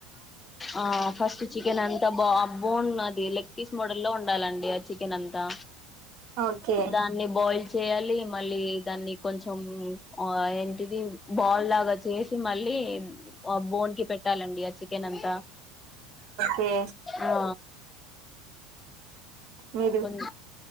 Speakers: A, on the left; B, on the right.
A: ఆ ఫస్ట్ చికెన్ అంతా బా బాగున్నాది అది లెగ్ పీస్ మోడల్ లో ఉండాలండి ఆ చికెన్ అంతా
B: ఓకే
A: దాన్ని బాయిల్ చేయాలి మళ్ళీ దాన్ని కొంచెం ఆ ఏంటిది బాల్ లాగా చేసి మళ్ళీ ఆ బోన్ కి పెట్టాలండి ఆ చికెన్ అంతా
B: ఓకే
A: ఆ
B: మీరు
A: కొన్ని